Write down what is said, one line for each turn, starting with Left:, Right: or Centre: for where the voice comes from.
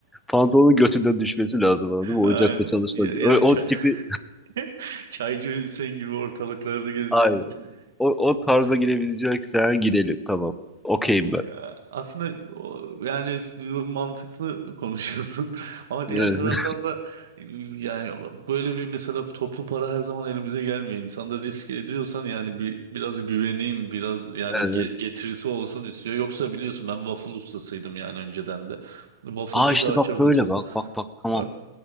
Centre: pantolonun götünden düşmesi lazım anladın mı?
Right: Ay,
Centre: Ocakta çalışmak.
Right: ya, ya
Centre: O,
Right: çay,
Centre: o tipi
Right: <laughs> çaycısın gibi ortalıklarda gezeceksin.
Centre: aynen. O, o tarza girebileceksen girelim. Tamam. Okeyim ben.
Right: Ya, Aslında o, yani mantıklı konuşuyorsun <laughs> ama diğer
Centre: Evet.
Right: taraftan da yani böyle bir mesela toplu para her zaman elimize gelmiyor. İnsan da risk ediyorsan yani bir biraz güveneyim, biraz yani ge-
Centre: evet.
Right: getirisi olsun istiyor. Yoksa biliyorsun ben waffle ustasıydım yani önceden de. Wafflecı
Centre: Aa işte
Right: da açabiliriz.
Centre: bak böyle bak bak bak tamam.
Right: Bak